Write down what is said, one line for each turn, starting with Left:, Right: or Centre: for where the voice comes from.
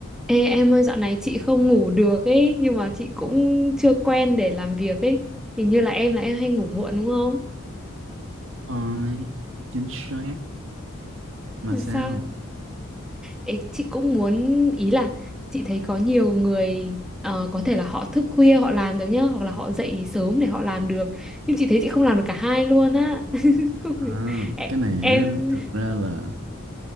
Centre: Ê em ơi dạo này chị không ngủ được ấy nhưng mà chị cũng chưa quen để làm việc ấy hình như là em là em hay ngủ muộn đúng không
Right: Ôi, chính xác mà
Centre: Làm
Right: sao?
Centre: sao Ê, chị cũng muốn ý là chị thấy có nhiều người ờ, có thể là họ thức khuya họ làm được nhá hoặc là họ dậy sớm để họ làm được nhưng chị thấy chị không làm được cả hai luôn á <laughs> Không
Right: À,
Centre: hiểu. em
Right: cái này
Centre: em
Right: á, thực ra là